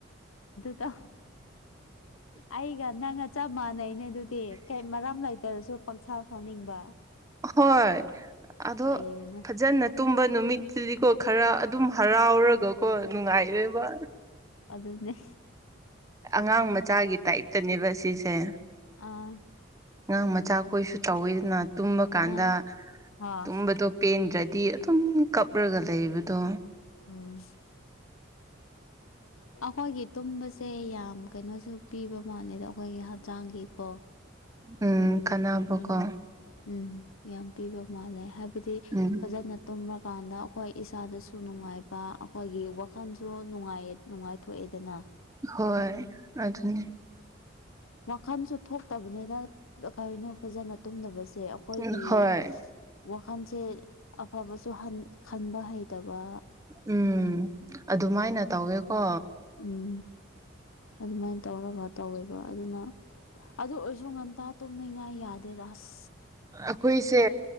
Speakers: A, on the left; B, on the right.
A: ꯇ ꯑꯩꯒ ꯅꯪ ꯆ ꯃꯥꯅꯩ ꯅꯦ ꯑꯗꯨꯗꯤ ꯀꯩ ꯃꯔꯥꯝ ꯂꯩꯇꯔꯁꯨ ꯄꯪꯁꯥ ꯁꯥꯎꯅꯤꯡꯕ
B: ꯍꯣꯏ ꯑꯗꯣ
A: ꯂꯩꯕꯅꯦ
B: ꯐꯖꯅ ꯇꯨꯝꯕ ꯅꯨꯃꯤꯠꯇꯨꯗꯤꯀꯣ ꯈꯔ ꯑꯗꯨꯝ ꯍꯔꯥꯎꯔꯒꯀꯣ ꯅꯨꯡꯉꯥꯏ ꯏꯕ
A: ꯑꯗꯨꯗꯅꯦ
B: ꯑꯉꯥꯡ ꯃꯆꯥꯒꯤ ꯇꯥꯏꯞꯇꯅꯦꯕ ꯁꯤꯁꯦ
A: ꯑꯥ
B: ꯑꯉꯥꯡ ꯃꯆꯥꯈꯣꯏꯁꯨ ꯆꯥꯎꯋꯤꯗꯅ ꯇꯨꯝꯕ ꯀꯥꯟꯗ
A: ꯑꯥ ꯍꯣꯏ
B: ꯇꯨꯝꯕꯗꯣ ꯄꯦꯟꯗ꯭ꯔꯗꯤ ꯗꯤ ꯑꯗꯨꯝ ꯀꯞꯂꯒ ꯂꯩꯕꯗꯣ
A: ꯎꯝ ꯑꯩꯈꯣꯏꯒꯤ ꯇꯨꯝꯕꯁꯦ ꯌꯥꯝ ꯀꯩꯅꯣꯁꯨ ꯄꯤꯕ ꯃꯥꯜꯂꯦꯗ ꯑꯩꯈꯣꯏꯒꯤ ꯍꯛꯆꯥꯡꯒꯤ ꯑꯣ
B: ꯎꯝ ꯀꯥꯟꯅꯕꯀꯣ
A: ꯀꯩꯅꯣ ꯎꯝ ꯌꯥꯝ ꯄꯤꯕ ꯃꯥꯜꯂꯦ ꯍꯥꯏꯕꯗꯤ
B: ꯎꯝ
A: ꯐꯖꯅ ꯇꯨꯝꯛ ꯀꯥꯟꯗ ꯑꯩꯈꯣꯏ ꯏꯁꯥꯗꯁꯨ ꯅꯨꯡꯉꯥꯏꯕ ꯑꯩꯈꯣꯏꯒꯤ ꯋꯥꯈꯜꯁꯨ ꯅꯨꯡꯉꯥꯏ ꯅꯨꯡꯉꯥꯏꯊꯣꯛꯑꯦꯗꯅ
B: ꯍꯣꯏ ꯑꯗꯨꯅꯤ
A: ꯋꯥꯈꯟꯁꯨ ꯊꯣꯛꯇꯕꯅꯤꯅ ꯀꯅꯣ ꯐꯖꯅ ꯇꯨꯝꯗꯕꯁꯦ ꯁꯦ ꯑꯩꯈꯣꯏꯒꯤ
B: ꯎꯝ ꯍꯣꯏ
A: ꯋꯥꯈꯜꯁꯦ ꯑꯐꯕꯁꯨ ꯈꯟꯕ ꯍꯩꯇꯕ
B: ꯎꯝ ꯑꯗꯨꯃꯥꯏꯅ ꯇꯧꯋꯦꯀꯣ
A: ꯎꯝ ꯑꯗꯨꯃꯥꯏꯅ ꯇꯧꯔꯒ ꯇꯧꯋꯦꯕ ꯑꯗꯨꯅ ꯑꯗꯨ ꯑꯣꯏꯔꯁꯨ ꯉꯟꯇꯥ ꯇꯨꯝꯅꯉꯥꯏ ꯌꯥꯗꯦꯗꯥꯁ
B: ꯑꯩꯈꯣꯏꯁꯦ